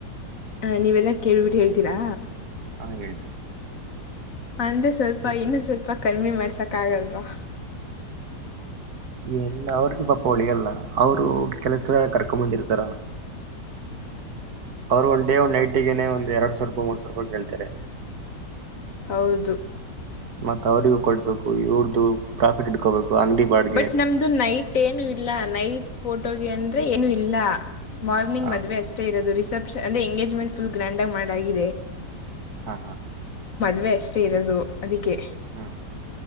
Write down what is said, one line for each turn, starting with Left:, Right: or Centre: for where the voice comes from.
Left: ಹ ನೀವೆಲ್ಲಾ ಕೇಳ್ಬಿಟ್ಟ ಹೇಳ್ತೀರಾ
Right: ಹಾ ಹೇಳ್ತೀನಿ
Left: ಅಂದ್ರೆ ಸ್ವಲ್ಪ
Right: ಮತ್ತೆ
Left: ಇನ್ನು ಸ್ವಲ್ಪ ಕಮ್ಮಿ ಮಾಡ್ಸಕ್ ಆಗಲ್ವಾ
Right: ಎಲ್ಲ ಅವ್ರಗ ಪಾಪ ಉಳಿಯಾಲ್ಲ ಅವರು ಕೆಲಸದ ಕರ್ಕೊಂಬಂದಿರ್ತಾರ.
Left: ಹಾ <inaudible>
Right: ಅವ್ರು ಒಂದ್ ಡೇ ಒನ್ ನೈಟ ಗನೆ ಒಂದ ಎರಡ್ ಸಾವಿರ ರೂಪಾಯಿ ಮೂರ್ ಸಾವರ ರೂಪಾಯಿ ಕಗೆೇಳ್ತಾರೆ
Left: ಹೌದು
Right: ಮತ್ತತ್ ಅವ್ರಗೂ ಕೊಡ್ಬೇಕು ಇವಡ್ದು ಪ್ರಾಫಿಟ್ ಇಡ್ಕೋಬೇಕು ಅಂಗಡಿ ಬಾಡ್ಗೆ
Left: ಬಟ್ ನಮ್ದು ನೈಟ್ ಏನು ಇಲ್ಲ ನೈಟ್ ಫೋಟೋಗೆ ಅಂದ್ರೆ ಏನು ಇಲ್ಲ ಮಾರ್ನಿಂಗ್
Right: ಹ
Left: ಮದುವೆ ಅಷ್ಟೇ ಇರೋದು ರಿಸೆಪ್ಷನ್ ಅಂದ್ರೆ ಎಂಗೇಜ್ಮೆಂಟ್ ಫುಲ್ ಗ್ರ್ಯಾಂಡ್ಗಿ ಮಾಡಾಗಿದೆ
Right: ಹಾ ಹಾ
Left: ವಷ್ಟೇ ಇರೋದು ಅದಕ್ಕೆ
Right: ಹ್ಮ